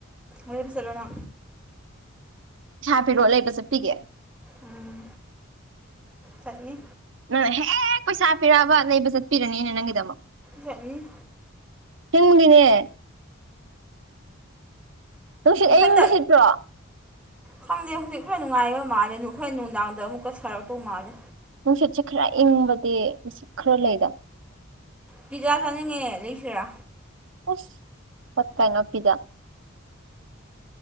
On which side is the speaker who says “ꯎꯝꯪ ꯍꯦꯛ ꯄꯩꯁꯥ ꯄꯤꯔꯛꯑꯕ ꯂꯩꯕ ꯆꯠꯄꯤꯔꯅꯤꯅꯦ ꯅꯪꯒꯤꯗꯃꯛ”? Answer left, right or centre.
Right